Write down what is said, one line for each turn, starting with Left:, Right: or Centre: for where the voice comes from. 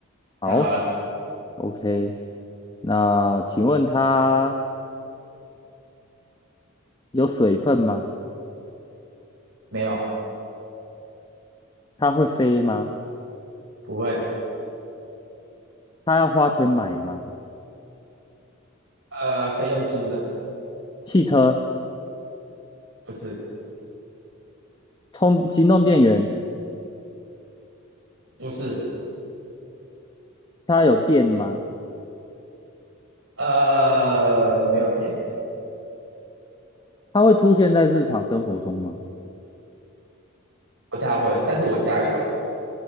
Left: 好
Right: 想好了
Left: ，OK。那请问它有水分吗？
Right: 没有？
Left: 它会飞吗？
Right: 不会。
Left: 它要花钱买吗？
Right: 呃，可以用租的，
Left: 汽车
Right: 不是，
Left: 充行动电源，
Right: 不是。
Left: 它有电吗？
Right: 呃，没有电。
Left: 它会出现在日常生活中吗？
Right: 不太会，但是我家有，